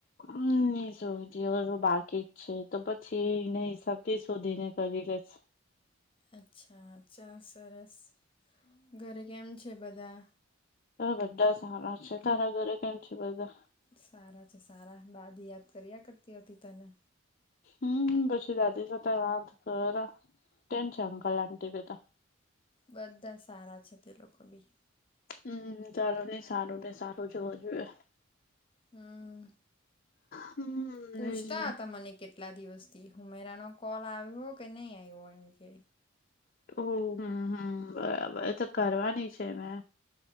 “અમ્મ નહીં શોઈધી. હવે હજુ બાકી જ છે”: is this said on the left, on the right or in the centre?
Left